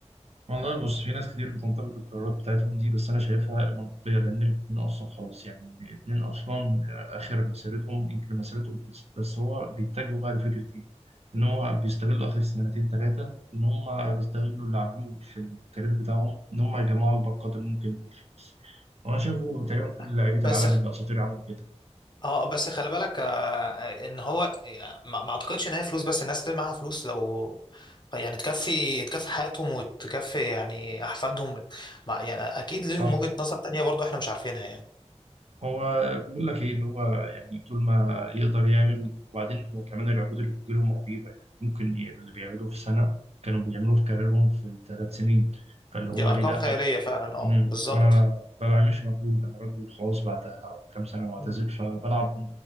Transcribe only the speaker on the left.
مم.
بس
اه بس خلي بالك آه، ان هو ما ما اعتقدش ان هي فلوس بس الناس اللي معاها فلوس لو يعني تكفي تكفي حياتهم وتكفي يعني احفادهم مع- يعني اكيد ليهم
وجهة نظر تانية برضو احنا مش عارفينها يعني
دي
ارقام
خيالية فعلا اه
بالظبط
مم.